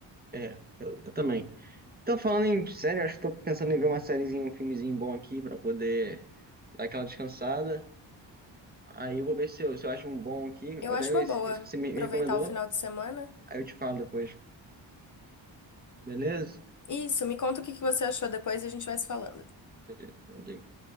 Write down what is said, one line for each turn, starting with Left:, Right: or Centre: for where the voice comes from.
Right: É, eu, eu também. Então, falando em série, acho que tô pensando em ver uma sériezinha, um filmezinho bom aqui pra poder dar aquela descansada. Aí eu vou ver se eu, se eu acho um bom aqui, ou
Left: Eu
Right: até
Left: acho uma
Right: esse
Left: boa
Right: esse que você me
Left: aproveitar
Right: me recomendou,
Left: o final de semana.
Right: aí eu te falo depois. Beleza?
Left: Isso, me conta o que que você achou depois e a gente vai se falando.
Right: Beleza. Meu Deus.